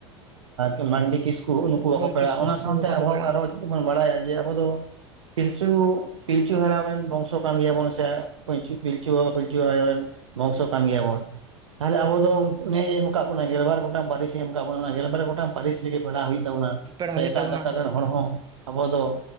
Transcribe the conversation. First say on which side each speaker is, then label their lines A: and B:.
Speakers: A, on the right (about 80°); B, on the right (about 30°).
A: ᱮᱸ ᱢᱟᱱᱰᱤ ᱠᱤᱥᱠᱩ ᱦᱩᱜᱱᱩᱠᱩ ᱵᱟᱠᱚ
B: ᱦᱳᱭ ᱠᱤᱥᱠᱩ
A: ᱯᱮᱲᱟᱜᱼᱟ ᱾ ᱚᱱᱟ
B: ᱱᱩᱠᱩ
A: ᱥᱟᱶᱛᱮ
B: ᱦᱚᱸ ᱵᱟᱠᱚ
A: ᱟᱵᱚ
B: ᱯᱮᱲᱟᱜᱼᱟ
A: ᱟᱨᱦᱚ ᱵᱚᱱ ᱵᱟᱲᱟᱭᱟ, ᱡᱮ ᱟᱵᱚ ᱫᱚ ᱯᱤᱞᱪᱩ, ᱯᱤᱞᱪᱩ ᱦᱟᱲᱟᱢ ᱨᱮᱱ ᱵᱚᱝᱥᱚ ᱠᱟᱱ ᱜᱮᱭᱟᱵᱚᱱ ᱾ ᱥᱮ ᱯᱤᱞᱪᱩ ᱵᱟᱵᱟ ᱯᱤᱞᱪᱩ ᱟᱭᱳ ᱨᱮᱱ ᱵᱚᱝᱥᱚ ᱠᱟᱱ ᱜᱮᱭᱟᱵᱚᱱ ᱾ ᱛᱟᱦᱚᱞᱮ ᱟᱵᱚ ᱫᱚ ᱱᱮ ᱮᱢ ᱠᱟᱫ ᱵᱚᱱᱟ ᱜᱮᱞᱵᱟᱨ ᱜᱚᱴᱟᱝ ᱯᱟᱹᱨᱤᱥ ᱾ ᱮ ᱮᱢ ᱠᱟᱫ ᱵᱚᱱᱟ ᱚᱱᱟ ᱜᱮᱞᱵᱟᱨ ᱜᱚᱴᱟᱝ ᱯᱟᱹᱨᱤᱥ ᱯᱮᱲᱦᱟᱜ ᱦᱩᱭᱩᱜ ᱛᱟᱵᱚᱱᱟ
B: ᱯᱮᱲᱟ
A: ᱥᱮ
B: ᱦᱩᱭᱩᱜ
A: ᱮᱴᱟᱜ
B: ᱛᱟᱵᱚᱱᱟ
A: ᱜᱟᱛᱟᱠ ᱨᱮᱱ ᱦᱚᱲ ᱦᱚᱸ ᱟᱵᱚ ᱫᱚᱼᱼ